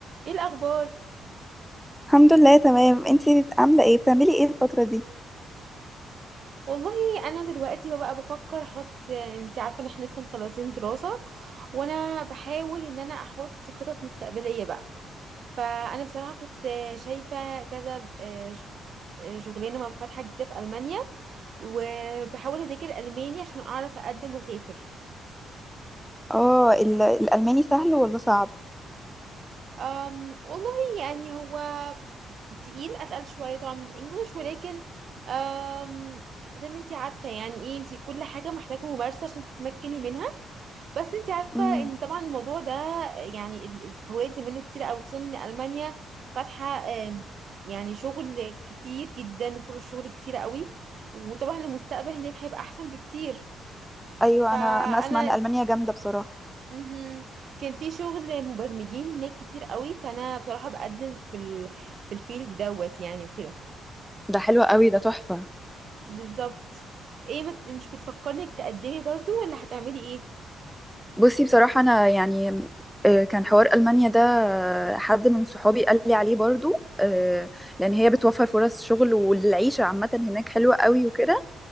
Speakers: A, on the right; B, in the centre.
A: ايه الاخبار
B: الحمد لله تمام انتي بت- عامله ايه بتعملي ايه الفتره دي
A: والله انا دلوقتي بقى بفكر احط انت عارفه ان احنا لسه مخلصين دراسه وانا بحاول ان انا احط خطط مستقبليه بقى فانا بصراحه كنت شايفه كذا آه، ش- آه، شغلانه فاتحه جديده في المانيا وبحاول اذاكر الماني عشان اعرف اقدم واسافر
B: اه ال- الالماني سهل ولا صعب
A: أم والله يعني هو تقيل اتقل شويه طبعا من الانجليش ولكن أم زي ما انت عارفه يعني ايه انت كل حاجه محتاجه ممارسه عشان تتمكني منها بس انت عارفة
B: امم
A: ان طبعا الموضوع ده يعني ال- الفوائد اللي منه كتير قوي خصوصا ان المانيا فاتحة آم، يعني شغل كتير جدا فرص شغل كتير قوي وطبعا المستقبل هناك هيبقى احسن بكتير
B: ايوه
A: فانا
B: انا انا اسمع ان المانيا جامده بصراحه
A: مهم. كان في شغل مبرمجين هناك كتير قوي فانا بصراحة بقدم في ال... في الفيلد دوت يعني وكده
B: ده حلو قوي ده تحفه
A: بالظبط ايه مت... مش بتفكرنك تقدمي برضو ولا هتعملي ايه
B: بصي بصراحه انا يعني آه، كان حوار المانيا ده آه، حد من صحابي قال لي عليه برضو آه، لان هي بتوفر فرص شغل والعيشه عامه هناك حلوه قوي وكده